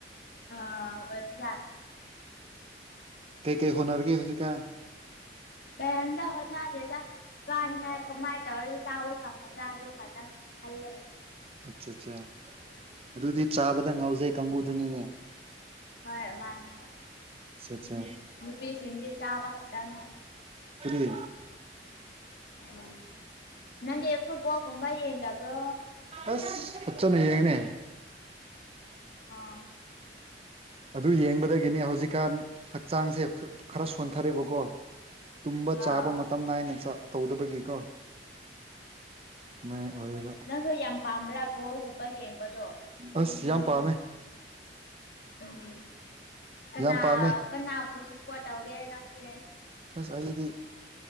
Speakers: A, on the left; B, on the right.
A: ꯑ ꯑꯣꯏꯖꯨ ꯌꯥꯅꯦ
B: ꯀꯩꯀꯩ ꯍꯣꯅꯔꯒꯦ ꯍꯧꯖꯤꯛꯀꯥꯟ
A: ꯀꯔꯤꯝꯇ ꯍꯣꯠꯅꯗꯦꯗ ꯆꯥꯅꯤꯡꯉꯥꯏ ꯀꯃꯥꯏꯅ ꯇꯧꯔꯁ ꯆꯥꯕ ꯐꯪꯉ ꯆꯥꯗ ꯈꯪ ꯍꯜ ꯂꯒꯒ
B: ꯑꯠ ꯑꯠꯆꯥ ꯑꯗꯨꯗꯤ ꯆꯥꯕꯗ ꯉꯥꯎꯖꯩ ꯀꯥꯡꯕꯨꯨꯗꯨꯅꯤꯅꯦ
A: ꯍꯣꯏ ꯃꯥꯅꯦ
B: ꯑꯠꯆꯥ
A: ꯅꯨꯄꯤ ꯁꯤꯡꯗꯤ ꯆꯥꯕ ꯈꯛꯇꯪꯅꯦ
B: ꯀꯔꯤ
A: ꯎ ꯅꯪ ꯐꯨꯠꯕꯣꯜꯒꯨꯝꯕ ꯌꯦꯡꯗꯕ꯭ꯔꯣ
B: ꯑꯁ ꯍꯆꯅꯤ ꯌꯦꯒꯅꯦ
A: ꯑꯥ
B: ꯑꯗꯨ ꯌꯦꯡꯕꯗꯒꯤꯅꯤ ꯍꯧꯖꯤꯛꯀꯥꯟ ꯍꯛꯆꯥꯡꯁꯦ ꯈꯔ ꯁꯣꯟꯊꯔꯦꯕꯀꯣ ꯇꯨꯝꯕ ꯆꯥꯕ
A: ꯑꯥ
B: ꯃꯇꯝ ꯅꯥꯏꯅ ꯇꯧꯗꯕꯒꯤꯀꯣ ꯃꯥꯏ ꯑꯣꯏꯕ
A: ꯅꯣꯏ ꯌꯥꯝ ꯄꯥꯝꯕ꯭ꯔꯥ ꯕꯣꯒꯨꯝꯕ ꯌꯦꯡꯕꯗꯣ
B: ꯑꯁ ꯌꯥꯝ ꯄꯥꯝꯃꯦ
A: ꯎꯝ ꯀꯅꯥ
B: ꯌꯥꯝ ꯄꯥꯝꯃꯦ
A: ꯀꯅꯥꯕꯨ ꯁꯄꯣꯠ ꯇꯧꯒꯦ ꯅꯪꯗꯗꯤ
B: ꯑꯁ ꯑꯩꯗꯤ